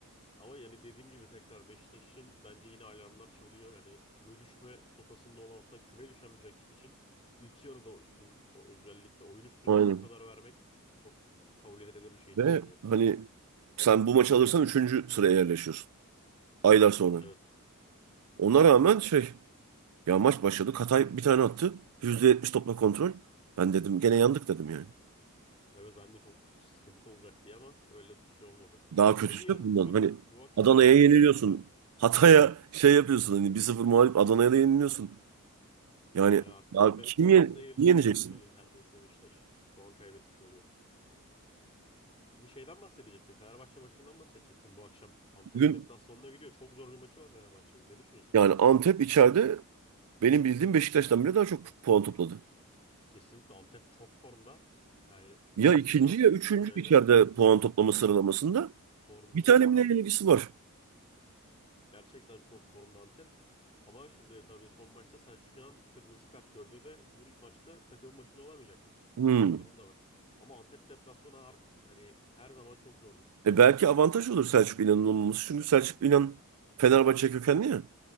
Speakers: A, on the left (about 25°); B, on the right (about 80°).
A: Ama yani dediğim gibi tekrar Beşiktaş'ın bence yine alarmlar çalıyor. Yani küme düşme potasında olan hatta küme düşen bir rakip için ilk yarıda o üstün o özellikle oyun üstünlüğü
B: Aynen.
A: bu kadar vermek çok kabul edilebilir bir şey
B: Ve
A: değil bence.
B: hani sen bu maçı alırsan üçüncü sıraya yerleşiyorsun. Aylar sonra.
A: Evet,
B: Ona rağmen şey ya maç başladı. Katay bir tane attı. %70 topla kontrol. Ben dedim gene yandık dedim yani.
A: evet ben de çok sıkıntılı olacak diye ama öyle bir şey olmadı.
B: Daha
A: E
B: kötüsü
A: peki yarın
B: de bundan.
A: bugün
B: Hani
A: bu akşam
B: Adana'ya
A: Fenerbahçe
B: yeniliyorsun.
A: var.
B: Hatay'a şey yapıyorsun hani 1 sıfır mağlup Adana'ya da yeniliyorsun. Yani
A: Yani artık
B: ya
A: son 5
B: kim
A: sıranın
B: yen
A: hepsine yenilmiş,
B: yeneceksin?
A: yenilmiş oluyor neredeyse Beşiktaş. Puan kaybetmiş oluyor. Bu şeyden bahsedecektim. Fenerbahçe maçından bahsedecektim bu akşam. Antep
B: Bugün
A: deplasmanına gidiyor. Çok zor bir maçı var Fenerbahçe'nin. Ne düşünüyorsun?
B: yani Antep içeride benim bildiğim Beşiktaş'tan bile daha çok puan topladı.
A: Kesinlikle Antep çok formda. Yani Selçuk
B: Ya ikinci
A: İnan
B: ya üçüncü
A: hocayla
B: içeride puan toplama sıralamasında.
A: form
B: Bir
A: durumunda
B: tane mi
A: aynen.
B: ne ilgisi var?
A: Gerçekten çok formda Antep. Ama şimdi de tabii son maçta Selçuk İnan kırmızı kart gördü ve bu maçta takımın başında olamayacak.
B: Hmm.
A: Öyle bir durum da var. Ama Antep deplasmanı har- hani her zaman çok zordur.
B: E belki avantaj olur Selçuk İnan'ın olmaması. Çünkü Selçuk İnan Fenerbahçe kökenli ya.